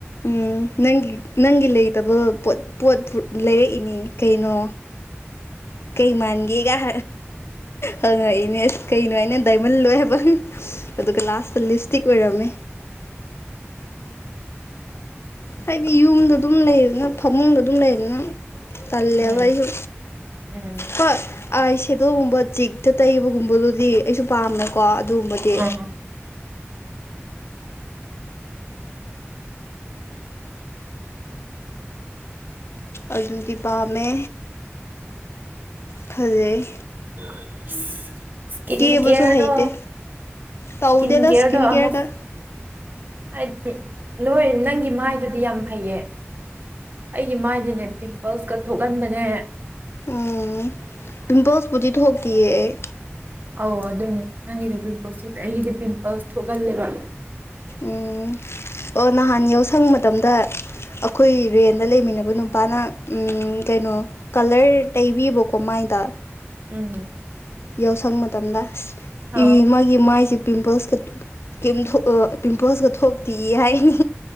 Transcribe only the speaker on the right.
ꯎꯝ
ꯎꯝ
ꯎꯝ
<unintelligible>
ꯀꯦꯌꯔꯗꯣ
ꯏꯁꯀꯤꯟ ꯀꯦꯌꯔꯗꯣ
ꯑꯃꯨꯛ
ꯍꯥꯏꯗꯤ ꯅꯣꯏ ꯅꯪꯒꯤ ꯃꯥꯏꯗꯨꯗꯤ ꯌꯥꯝ ꯐꯩꯌꯦ ꯑꯩꯒꯤ ꯃꯥꯏꯗꯨꯅꯦ ꯄꯤꯝꯄꯜꯁꯀ ꯊꯣꯛꯍꯟꯕꯅꯦ
ꯑꯣ ꯑꯗꯨꯅꯦ ꯅꯪꯒꯤꯗꯣ ꯄꯤꯝꯄꯜꯁ ꯊꯣꯛꯇꯦ ꯑꯩꯒꯤꯗꯤ ꯄꯤꯝꯄꯜꯁ ꯊꯣꯛꯍꯜꯂꯦꯕ
ꯎꯝ
ꯑꯣ